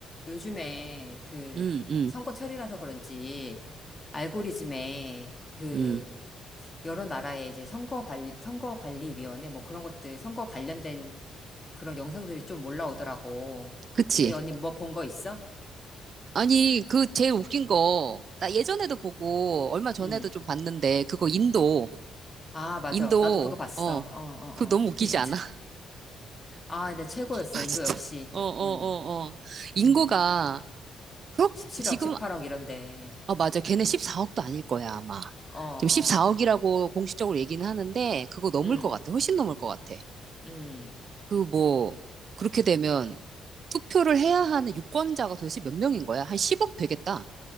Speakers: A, on the left; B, on the right.
A: 요즘에 그
B: 음, 음,
A: 선거철이라서 그런지 알고리즘에 그
B: 음.
A: 여러 나라의 이제 선거 관리, 선거 관리위원회 뭐 그런 것들 선거 관련된 그런 영상들이 좀 올라오더라고.
B: 그치.
A: 그 언니 뭐 본 거 있어?
B: 아니, 그 제일 웃긴 거, 나 예전에도 보고, 얼마 전에도
A: 응.
B: 좀 봤는데, 그거 인도,
A: 아, 맞아.
B: 인도,
A: 나도 그거 봤어.
B: 어,
A: 어, 어,
B: 그거
A: 어.
B: 너무 웃기지
A: 인- <laughs>
B: 않아? <laughs>
A: 아, 근 최고였어.
B: 아,
A: 인도
B: 진짜.
A: 역시.
B: 어, 어, 어,
A: 응,
B: 어. 인구가,
A: 응.
B: 그렇,
A: 17억,
B: 지금,
A: 18억 이런데.
B: 아, 맞아. 걔네 14억도 아닐 거야, 아마.
A: 어, 어.
B: 지금 14억이라고 공식적으로 얘기는 하는데, 그거 넘을
A: 응,
B: 것 같아. 훨씬 넘을 것 같아.
A: 응.
B: 그 뭐, 그렇게 되면, 투표를 해야 하는 유권자가 도대체 몇 명인 거야? 한 10억 되겠다.